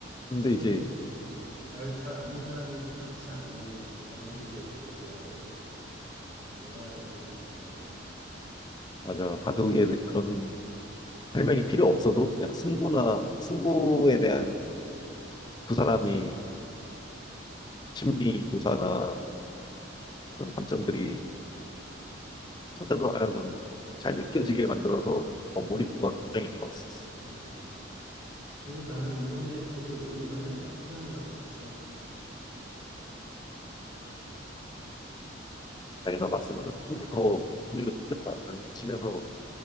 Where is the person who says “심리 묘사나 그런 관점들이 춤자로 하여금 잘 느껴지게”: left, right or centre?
Left